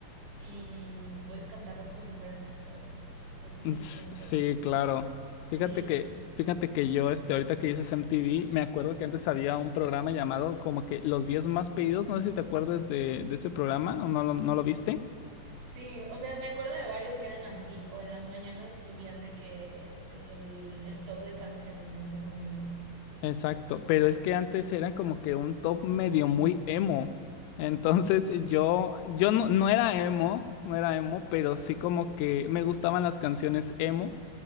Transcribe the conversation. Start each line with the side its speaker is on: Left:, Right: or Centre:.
Right: y puedes cantarlo como si fueras chiquito, así, así me
Left: S-
Right: siento.
Left: Sí, claro.
Right: Sí.
Left: Fíjate que, fíjate que yo, este, ahorita que dices MTV, me acuerdo que antes había un programa llamado como que Los 10 más pedidos, no sé si te acuerdas de, de ese programa, ¿o no lo, no lo viste?
Right: Sí, o sea, me acuerdo de varios que eran así, o en las mañanas subían de que, de que el, el top de canciones en ese momento.
Left: Exacto, pero es que antes era como que un top medio muy emo. Entonces yo, yo no, no era emo, no era emo, pero sí como que me gustaban las canciones emo.